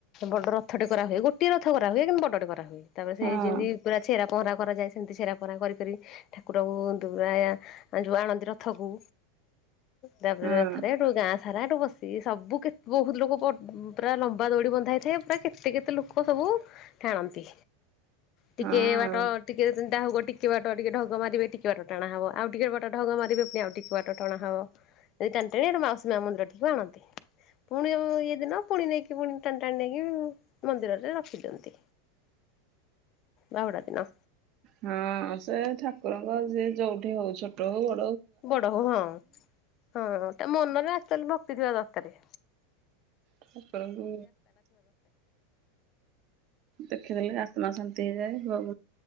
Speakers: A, on the left; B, on the right.
A: ବଡର ରଥ ଟେ କରା ହୁଏ ଗୋଏ ରଥ କରା ହୁଏ କିନ୍ତୁ ବଡଟେ କରାହୁଏ ତାପରେ ସେ
B: ହଁ
A: ଯେନ୍ତି ପୁରା ଛେରା ପହଁରା କରାଯାଏ ସେମିତି ଛେରା ପହଁରା କରି କରି ଠାକୁରଙ୍କୁ ଦୁଆ ଯୁଆ ଆଣନ୍ତି ରଥକୁ। ତାପରେ
B: ହଁ
A: ରଥରେ <inaudible> ଗାଁଆ ସାରା ହେଠୁ ବସି ସବୁ କେତେ ବହୁତ ଲୋକ ବ ପୁରା ଲମ୍ବା ଦୌଡି ବନ୍ଧା ହେଇଥାଏ ପୁରା କେତେ କେତେ ଲୋକ ସବୁ ବୁ ଟାଣନ୍ତି। ଟିକେ
B: ହଁ।
A: ବାଟ ଟିକେ ଚିନ୍ତା ହବ ଟିକେ ବାଟ ଟିକେ ଢଗ ମାରିବେ ଟିକେ ବାଟ ଟାଣା ହବ ଆଉ ଟିକେ ବାଟ ଢଗ ମାରିବେ ପୁଣି ଆଉ ଟିକେ ବାଟ ଟଣା ହବ <inaudible> ଟାଣି ଟାଣି ମାଉସୀ ମାଆ ମନ୍ଦିରଠିକି ଆଣନ୍ତି। ପୁଣି ଇଏ ଦିନ ପୁଣି ନେଇକି ପୁଣି ଟାଣି ଟାଣି ନେଇକି ମନ୍ଦିରରେ ରଖିଦିଅନ୍ତି। ବାହୁଡ଼ା ଦିନ।
B: ହଁଅ-ଅ ସେ ଠାକୁରଙ୍କ ଯିଏ ଯୋଉଠି ହଉ ଛୋଟ ହଉ ବ
A: ବଡ ହଉ ହଁ, ହଁ ତା ମନରେ ଖାଲି ଭକ୍ତି ଥିବା ଦରକାରେ।
B: ଠାକୁରଙ୍କୁ ଦେଖିଦେଲେ ଆତ୍ମା ଶାନ୍ତ୍ <unintelligible>